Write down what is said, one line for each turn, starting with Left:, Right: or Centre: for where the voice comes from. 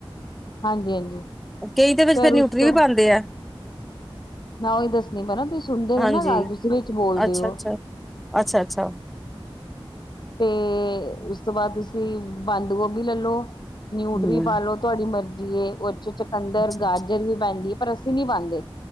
Left: ਹਾਂਜੀ- ਹਾਂਜੀ
Centre: ਕਈ ਦੇ ਵਿੱਚ
Left: ਫੇਰ
Centre: ਫਿਰ ਨਿਊਟਰੀ
Left: ਉਸ ਤੋਂ
Centre: ਵੀ ਪਾਦੇਂ ਐ।
Left: ਮੈਂ ਉਹੀ ਦੱਸਣੀ ਪੈਣਾ ਤੁਸੀਂ ਸੁਣਦੇ ਨੇ
Centre: ਹਾਂਜੀ
Left: ਨਾ ਗੱਲ ਤੁਸੀਂ ਵਿੱਚ ਬੋਲਦੇ
Centre: ਅੱਛਾ
Left: ਹੋ।
Centre: ਅੱਛਾ ਅੱਛਾ! ਅੱਛਾ
Left: ਤੇ ਉਸ ਤੋਂ ਬਾਅਦ ਤੁਸੀਂ ਬੰਦ ਗੋਭੀ ਲੈ ਲੋ, ਨਿਊਟਰੀ
Centre: ਹਮ
Left: ਪਾ ਲੋ ਤੁਹਾਡੀ ਮਰਜ਼ੀ ਏ ਉਹ ਚ ਚਕੰਦਰ,
Centre: ਅੱਛਾ
Left: ਗਾਜਰ ਵੀ ਪੈਂਦੀ ਹੈ। ਪਰ ਅਸੀਂ ਨੀ ਪਾਦੇਂ